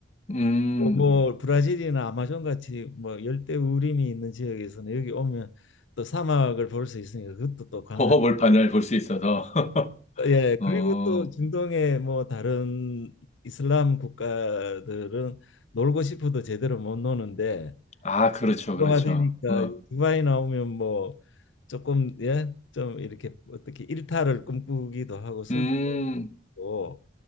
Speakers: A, on the left; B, on the left.
A: 음,
B: 뭐, 뭐 브라질이나 아마존 같이 뭐 열대 우림이 있는 지역에서는 여기 오면 또 사막을 볼 수 있으니까 그것도 또 관광.
A: 호허벌판을 볼 수 있어서. <laughs>
B: 예,
A: 어,
B: 그리고 또 중동의 뭐 다른 이슬람 국가들은 놀고 싶어도 제대로 못 노는데
A: 아, 그렇죠,
B: 그가
A: 그렇죠.
B: 되니까
A: 어,
B: 두바이 나오면 뭐 조금 예, 좀 이렇게 어떻게 일탈을 꿈꾸기도 하고 술도
A: 음,
B: 먹고